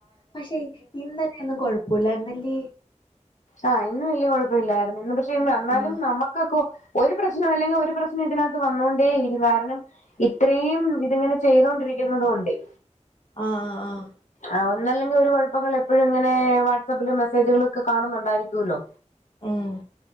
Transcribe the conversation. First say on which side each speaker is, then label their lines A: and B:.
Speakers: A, on the left; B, on the left.
A: പശേ ഇന്നലെ ഒന്നും കൊഴപ്പോല്ലാര്ന്ന് അല്ലി
B: ആഹ് ഇന്നും വല്ല്യായ കൊഴപ്പ ഇല്ലാര്ന്ന് ഇന്ന് പശേ വന്നാലും
A: ആഹ്
B: നമ്മക്കൊക്കെ ഒര് പ്രശ്നം അല്ലെങ്കി ഒര് പ്രശ്നം ഇതിനകത്ത് വന്നോണ്ടേ ഇരിക്കും കാരണം ഇത്രയും ഇത് ഇങ്ങനെ ചെയ്തൊണ്ടിരിക്ക്ന്നാത് കൊണ്ട്യയേ
A: ആഹ് ആഹ്
B: ആഹ് ഒന്നല്ലാങ്കിൽ ഒര് കുഴപ്പങ്ങള് എപ്പോഴും ഇങ്ങനെ വാട്സആപ്പിലും മെസ്സേജുകളോക്കെ കാണുന്നോണ്ടായിരിക്കുല്ലോ
A: ഉം